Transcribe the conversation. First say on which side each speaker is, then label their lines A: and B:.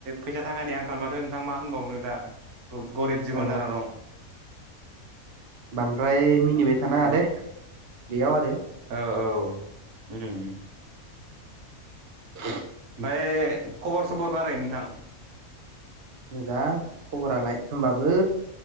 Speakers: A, on the right (about 80°); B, on the right (about 50°).
A: फैसा थाखानि आंखाल माथो नोंथां मा होनबावनो दा गरिब जिबन
B: औ
A: जाना दं ‌।
B: बांद्राय मिनिबाय थानाङा
A: ओमफाय
B: दे बेयाव आरो
A: औ ओम ओमफाय
B: <inaudible>
A: ओमफाय खबर सबर मारै नोंथां
B: मोजां खबरालाय होमबाबो